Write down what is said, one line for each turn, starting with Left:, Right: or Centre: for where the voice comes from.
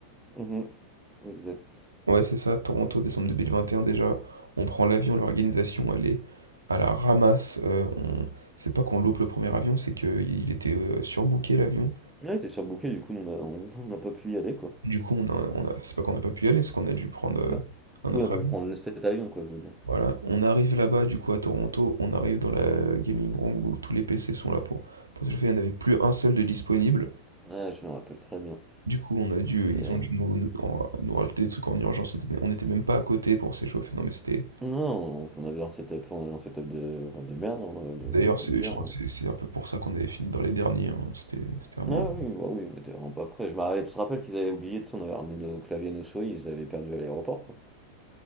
Centre: Mhm. Exact.
Right: Ouais, c'est ça, Toronto, décembre 2021 déjà. On prend l'avion, l'organisation, elle est à la ramasse. euh, on... C'est pas qu'on loupe le premier avion, c'est qu'il était euh, surbooké l'avion.
Centre: Ouais, t'es surbooké, du coup, nous, on a- on- <laughs> on n'a pas pu y aller, quoi.
Right: Du coup, on a, on a... c'est pas qu'on n'a pas pu y aller, c'est qu'on a dû prendre euh,
Centre: Bah,
Right: un
Centre: on
Right: autre
Centre: n'a pas
Right: avion.
Centre: pu prendre le- cet avion, quoi, je veux dire.
Right: Voilà, on arrive là-bas, du coup, à Toronto, on arrive dans la gaming room où tous les PC sont là pour. Parce que le fait, il n'y en avait plus un seul de disponible.
Centre: Ouais, je me rappelle très bien.
Right: Du coup, on a dû,
Centre: C'était.
Right: ils ont dû nous, nous- en- nous rajouter des trucs en urgence. On était- On n'était même pas à côté pour s'échauffer. Non, mais c'était.
Centre: Non, on avait un setup, on avait un setup de, enfin, de merde, hein, les-
Right: D'ailleurs,
Centre: je
Right: c'est-
Centre: peux le dire.
Right: je crois
Centre: hein.
Right: que c'est c'est un peu pour ça qu'on avait fini dans les derniers. hein. C'était c'était vraiment.
Centre: Ah oui, bah oui, on était vraiment pas prêts. Je me rappelle, tu te rappelles qu'ils avaient oublié, tu sais, on avait ramené nos claviers, nos souris, ils les avaient perdus à l'aéroport,